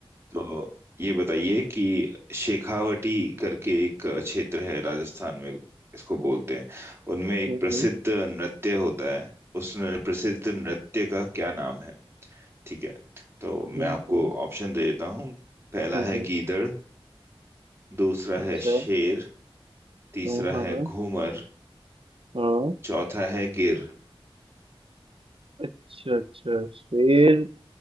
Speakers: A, on the right; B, on the right.
A: तो ये बताइए कि शेखावटी करके एक क्षेत्र है राजस्थान में इसको बोलते हैं उनमें एक
B: हम्म
A: प्रसिद्ध
B: हम्म
A: नृत्य होता है उस न- प्रसिद्ध नृत्य का क्या नाम है ठीक है तो मैं
B: हम्म
A: आपको
B: हम्म,
A: ऑप्शन दे देता हूँ पहला
B: हम्म,
A: है
B: हम्म,
A: गीदड़ दूसरा
B: अच्छा
A: है शेर तीसरा
B: हाँ हाँ
A: है घूमर
B: हाँ,
A: चौथा है गिर
B: अच्छा अच्छा शेर